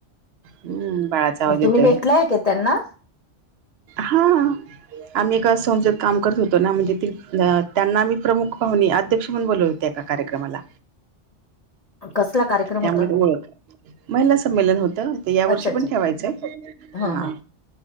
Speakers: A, on the right; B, on the left.
A: हम्म. बाळाचा आवाज येतोय,
B: तुम्ही भेटलाय का त्यांना
A: हा. आम्ही एका संस्थेत काम करत होतो ना, म्हणजे त्यांना आम्ही प्रमुख पाहूणे, अध्यक्ष म्हणून बोलवलं - तं एका कार्यक्रमाला.
B: कसला कार्यक्रम
A: त्यामुळे
B: होता?
A: ते ओळख महिला संमेलन होतं, आता या
B: अच्छा
A: वर्षी
B: अच्छा
A: पण ठेवायचंय,
B: हो
A: हा.
B: हो